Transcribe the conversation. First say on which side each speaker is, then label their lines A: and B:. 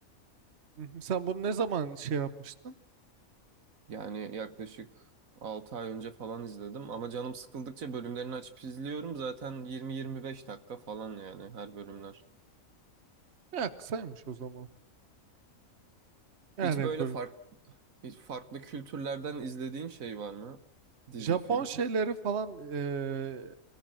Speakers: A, on the right; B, on the right.
A: hı hı. Sen bunu ne zaman şey yapmıştın?
B: Yani yaklaşık 6 ay önce falan izledim ama canım sıkıldıkça bölümlerini açıp izliyorum. Zaten 20-25 dakika falan yani her bölümler.
A: Ya kısaymış o zaman. Yani
B: Hiç böyle
A: bölüm.
B: fark, hiç farklı kültürlerden izlediğin şey var mı? Dizi,
A: Japon
B: film.
A: şeyleri falan eee,